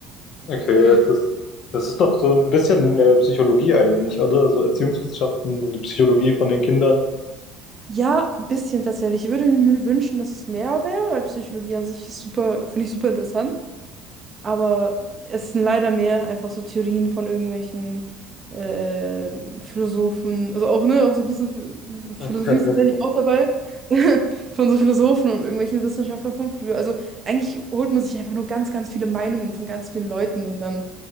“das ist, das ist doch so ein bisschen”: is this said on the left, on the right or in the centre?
Left